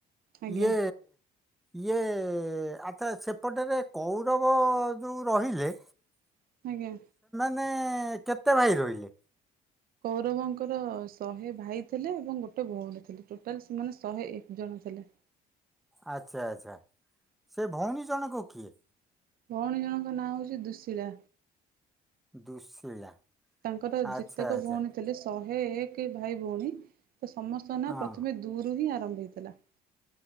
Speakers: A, on the right; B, in the centre.
A: ଆଜ୍ଞା
B: ଇଏ ଇଏ ଆଚ୍ଛା ସେପଟରେ କୌରବ ଯୋଉ ରହିଲେ
A: ଆଜ୍ଞା।
B: ନେ କେତେ ଭାଇ ରହିଲେ?
A: କୌରବଙ୍କର ଶହେ ଭାଇ ଥିଲେ ଏବଂ ଗୋଟେ ଭଉଣୀ ଥିଲେ ଟୋଟାଲ ସେମାନେ ଶହେ ଏକ ଜଣ ଥିଲେ।
B: ଆଚ୍ଛା ଆଚ୍ଛା ସେ ଭଉଣୀ ଜଣକ କିଏ?
A: ଭଉଣୀ ଜଣଙ୍କ ନାଁ ହଉଛି ଦୁଶୀଳା।
B: ଦୁଶୀଳା।
A: ତାଙ୍କର
B: ଆଚ୍ଛା
A: ଯେତେକ
B: ଆଚ୍ଛା
A: ଭଉଣୀ ଥିଲେ ଶ <unintelligible> ଏକେ ଭାଇ ଭଉଣୀ। ତ ସମସ୍ତଙ୍କ ନା
B: ହଁ
A: ପ୍ରଥମେ ଦୂ ରୁ ହିଁ <unintelligible>